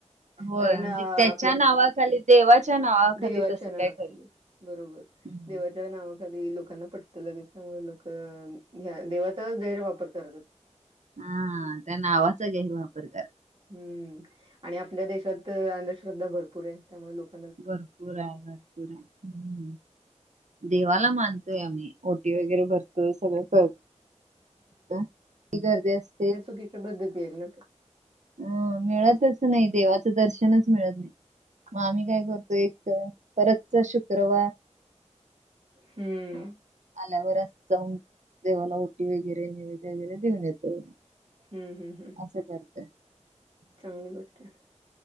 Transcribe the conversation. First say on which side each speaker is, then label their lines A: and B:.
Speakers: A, on the right; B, on the right.
A: होय
B: कारण
A: म्हणजे
B: अ
A: त्याच्या
B: आपल्या,
A: नावाखाली देवाच्या नावाखाली
B: देवाच्या
A: तसं
B: नावाखाली,
A: काय करत नाही.
B: बरोबर
A: हम्म.
B: देवा नावाखाली, लोकांना पट त लगेच त्यामुळं लोकं, ह्या देवाचा, गैरवापर करतात.
A: अ, त्या नावाचा, गैरवापर कर
B: हम्म आणि आपल्या देशात, अंधश्रद्धा भरपूर ये, त्यामुळे लोक
A: भरपूर आहे, भरपूर ये, हम् देवाला मानतोय आम्ही. ओटी वगैरे भरतो, सगळं <unintelligible> की गर्दी अस
B: या चुकीच्या पद्धती येत ना?
A: अ मिळतच नही, देवाचं दर्शनच मिळत नही, मग आम्ही काय करतो, एक परतचा शुक्रवार
B: हम्म.
A: आल्यावरच जाऊन, देवाला ओटी वगैरे, निवद वगैरे, देऊन येतो.
B: हम्म हम्म ह्म.
A: असं करते.
B: चांगली गोष्ट.